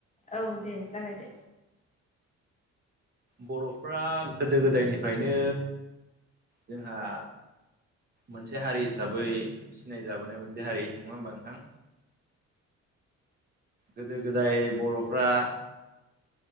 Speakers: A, on the left; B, on the right.
A: औ दे जागाय दो।
B: बर'फ्रा गोदो गोदायनिफ्रायनो जोंहा मोनसे हारि हिसाबै सिनायजाबोनाय मोनसे हारि नङा होमबा नोंथां। गोदो गोदाय बर'फ्रा।